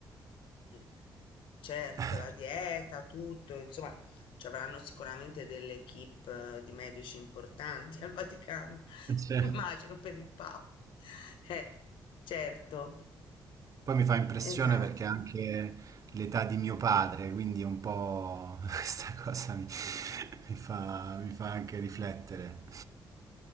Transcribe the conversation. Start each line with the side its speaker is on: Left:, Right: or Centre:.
Left: eh. Certo,
Right: eh, <laughs>
Left: la dieta, tutto, insomma, ci avranno sicuramente delle equip eh, di medici importanti al Vaticano, <laughs>
Right: cioè,
Left: immagino per il Papa. Eh, certo,
Right: poi mi fa impressione
Left: esatto.
Right: perché anche l'età di mio padre, quindi un po' <laughs> questa cosa mi, mi fa, mi fa anche riflettere.